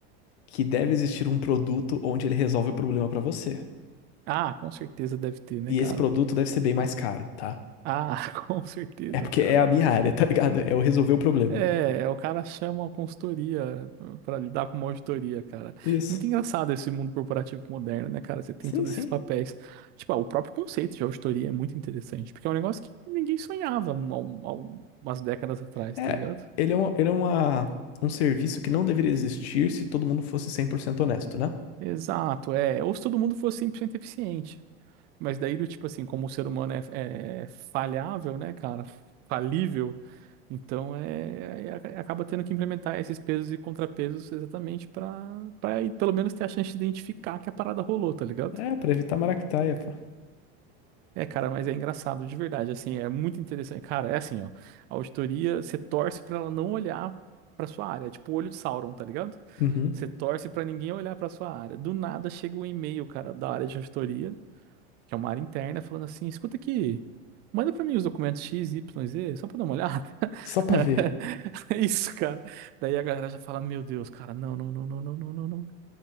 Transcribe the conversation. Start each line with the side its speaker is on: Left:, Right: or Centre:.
Left: que deve existir um produto onde ele resolve o problema pra você.
Right: Ah, com certeza deve ter, né,
Left: E
Right: cara?
Left: esse produto deve ser bem mais caro, tá?
Right: Ah, <laughs> com certeza,
Left: É porque
Right: cara.
Left: é a minha área, <laughs> tá ligado? É eu resolver o problema.
Right: É, é, o cara chama a consultoria pra lidar com uma auditoria, cara.
Left: Isso.
Right: Muito engraçado esse mundo corporativo moderno, né, cara? Você tem
Left: Sim,
Right: todos
Left: sim.
Right: esses papéis. Tipo, ah, o próprio conceito de auditoria é muito interessante, porque é um negócio que ninguém sonhava há um- há um- há umas décadas atrás,
Left: É,
Right: tá ligado?
Left: ele é, uma, ele é uma, um serviço que não deveria existir se todo mundo fosse 100% honesto, né?
Right: Exato, é. Ou se todo mundo fosse 100% eficiente. Mas daí, do tipo assim, como o ser humano é, é falhável, né, cara? Falível, então é, é- é, acaba tendo que implementar esses pesos e contrapesos exatamente para para pelo menos ter a chance de identificar que a parada rolou, tá ligado?
Left: É, pra evitar maracutaia, pô.
Right: É, cara, mas é engraçado, de verdade, assim, é muito interessante. Cara, é assim, ó, a auditoria, você torce pra ela não olhar pra sua área, é tipo o olho de Sauron, tá ligado?
Left: Uhum.
Right: Você torce pra ninguém olhar pra sua área. Do nada chega um e-mail, cara, da área de auditoria, que é uma área interna, falando assim, escuta aqui, manda pra mim os documentos X, Y, Z, só pra dar uma olhada.
Left: Só pra
Right: <laughs>
Left: ver.
Right: É Isso, cara. Daí a galera já fala, meu Deus, cara, não, não, não, não, não, não, não,